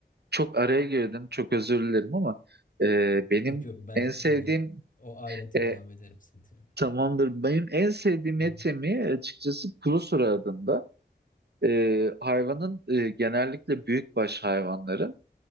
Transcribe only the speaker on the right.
çok araya girdim çok özür dilerim ama e, benim
en sevdiğim
e,
tamamdır benim en sevdiğim et
yemeği açıkçası kuru sura adında. E, hayvanın e, genellikle büyükbaş hayvanları.